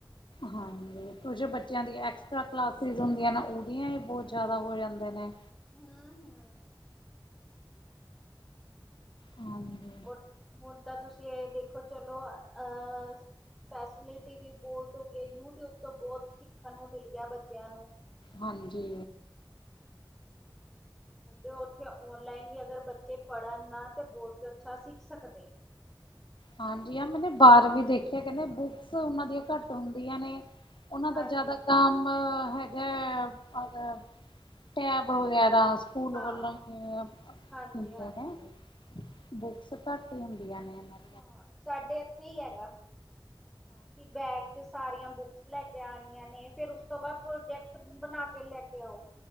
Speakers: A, on the left (about 75°); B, in the centre.
A: ਹਾਂਜੀ ਕੁਛ ਬੱਚਿਆਂ
B: ਹੂੰ।
A: ਦੀ ਐਕਸਟਰਾ ਕਲਾਸ ਸਰੀਜ਼ ਹੁੰਦੀਆਂ ਨਾ ਉਹਦੀਆਂ ਹੀ ਬਹੁਤ ਜਾਦਾ ਹੋ ਜਾਂਦੇ ਨੇ।
B: ਹੂੰ-ਹੂੰ
A: ਹਾਂਜੀ
B: ਔਰ ਹੁਣ ਤਾਂ ਤੁਸੀਂ ਇਹ ਦੇਖੋ ਚਲੋ ਅਹ ਫੈਸਿਲਿਟੀ ਵੀ ਬੋਹਤ ਹੋ ਗਈ ਹੈ ਯੂਟਿਊਬ ਤੋਂ ਬੋਹਤ ਸਿੱਖਣ ਨੂੰ ਮਿਲ ਗਿਆ ਬੱਚਿਆਂ ਨੂੰ।
A: ਹਾਂਜੀ।
B: ਜੇ ਉੱਥੇ ਓਨਲਾਈਨ ਵੀ ਅਗਰ ਬੱਚੇ ਪੜ੍ਹਨ ਨਾ ਤੇ ਬਹੁਤ ਅੱਛਾ ਸਿੱਖ ਸਕਦੇ।
A: ਹਾਂਜੀ ਆ ਮੈਨੇ ਬਾਹਰ ਵੀ ਦੇਖਿਆ ਕਹਿੰਦੇ ਬੁੱਕਸ ਉਹਨਾਂ ਦੀਆਂ ਘੱਟ ਹੁੰਦੀਆਂ ਨੇ ਉਹਨਾਂ
B: ਹਾਂਜੀ,
A: ਦਾ ਜਾਦਾ ਕੰਮ ਹੈ ਗਾ <unintelligible> ਟੈਬ ਵਗੈਰਾ। ਸਕੂਲ
B: ਹਾਂ,
A: ਵੱਲੋਂ ਹੀ
B: ਹਾਂਜੀ-ਹਾਂਜੀ।
A: ਹੁੰਦੇ ਨੇ। ਬੁੱਕਸ ਘੱਟ ਹੀ ਹੁੰਦੀਆਂ ਨੇ ਇਨ੍ਹਾਂ
B: ਹਾਂ ਸਾਡੇ ਇੱਥੇ ਹੀ ਹੈਗਾ ਕਿ ਬੈਗ ਚ ਸਾਰੀਆਂ ਬੁੱਕਸ ਲੈ ਕੇ ਆਣੀਆਂ ਨੇ ਫੇਰ ਉਸ ਤੋਂ ਬਾਦ ਪ੍ਰੋਜੈਕਟ ਬਣਾ ਕੇ ਲੈ ਕੇ ਆਓ।